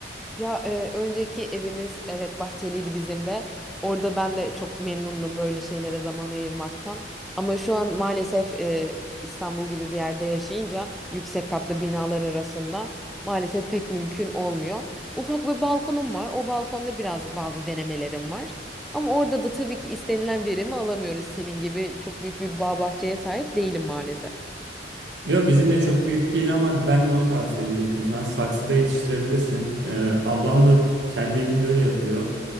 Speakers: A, in the centre; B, on the right.
A: Ya e, önceki evimiz evet bahçeliydi bizim de. Orada ben de çok memnundum böyle şeylere zaman ayırmaktan. Ama şu an maalesef e, İstanbul gibi bir yerde yaşayınca yüksek katlı binalar arasında maalesef pek mümkün olmuyor. Ufak bir balkonum var. O balkonda biraz bazı denemelerim var. Ama orada da tabii ki istenilen verimi alamıyoruz. Senin gibi çok büyük bir bağ bahçeye sahip değilim maalesef.
B: Yok bizim de çok büyük değil ama ben de onu tavsiye edecektim sana. Saksıda yetiştirebilirsin. Ee, ablam da kendi evinde öyle yapıyor.